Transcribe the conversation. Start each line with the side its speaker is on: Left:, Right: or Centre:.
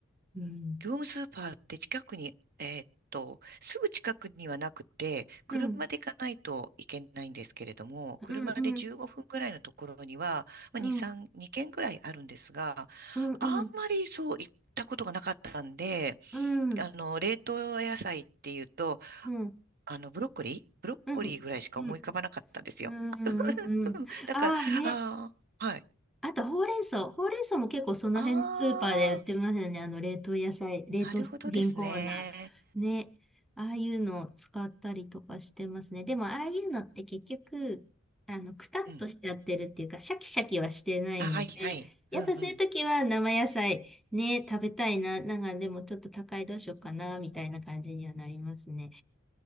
Centre: うん。
Right: 業務スーパーって近くに、えーっと、すぐ近くにはなくて、車で行かないといけないんですけれども、
Centre: うん、
Right: 車で15分くらいのところには、
Centre: うん、うん、
Right: まあ、
Centre: うん、
Right: 2、3、2軒くらいあるんですが、
Centre: うん、うん、
Right: あんまりそう行ったことがなかったんで、
Centre: うん、
Right: あの、冷凍野菜っていうと、
Centre: うん、うん、
Right: あの、ブロッコリーブロッコリーぐらいしか思い浮かばなかったんですよ。
Centre: うん、うん、うん、うん。
Right: うんだから、
Centre: ああね。
Right: ああ、はい。
Centre: あと、ほうれん草。ほうれん草も結構その辺のスーパーで売ってますよね。
Right: ああ、
Centre: あの、冷凍野菜、冷凍食品コーナー。
Right: なるほどですね。
Centre: ね。ああいうのを使ったりとかしてますね。でも、ああいうのって結局、あの、くたっとしちゃってるっていうか、
Right: うん。
Centre: シャキシャキはしてないので、
Right: あ、はいはい。
Centre: やっぱそういう時は生野菜ね、
Right: うんうん。
Centre: 食べたいな。なんか、でもちょっと高いどうしようかな、みたいな感じにはなりますね。